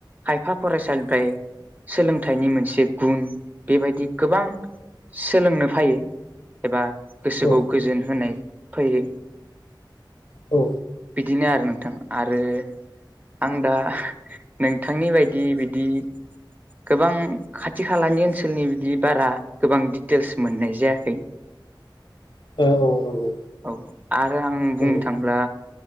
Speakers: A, on the right; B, on the left.
A: खायफा फरायसालिफ्राय सोलोंथाइनि मोनसे गुन बेबायदि गोबां सोलोंनो फायो एबा गोसोखौ
B: औ
A: गोजोन होनाय फैयो
B: ओ
A: बिदिनो आरो नोंथां। आरो आं दा नोंथांनि बायदि बिदि गोबां खाथि खालानि ओनसोलनि बिदि बारा गोबां दिडिटेल्स मोननाय जायाखै।
B: औ नंगौ
A: औ आरो आं बुंनो
B: नंगौ
A: थांब्ला